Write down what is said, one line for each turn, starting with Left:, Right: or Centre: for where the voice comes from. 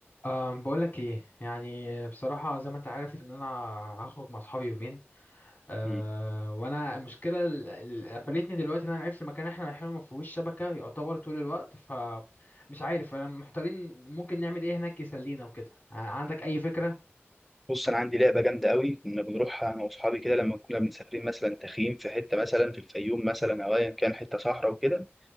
Left: أم بقولك ايه يعني بصراحة زي ما انت عارف ان انا هخرج مع اصحابي يومين أه
Centre: مم.
Left: وانا المشكلة ال- ال- قفلتني دلوقتي ان انا عرفت المكان اللي احنا رايحينه ما فيهوش شبكة يعتبر طول الوقت فمش عارف انا محتارين ممكن نعمل ايه هناك يسلينا وكده ع- عندك اي فكرة
Centre: بص انا عندي لعبه جامده قوي كنا بنروحها انا واصحابي كده لما كنا مسافرين مثلا تخييم في حته مثلا في الفيوم مثلا او ايا كان حته صحراء وكده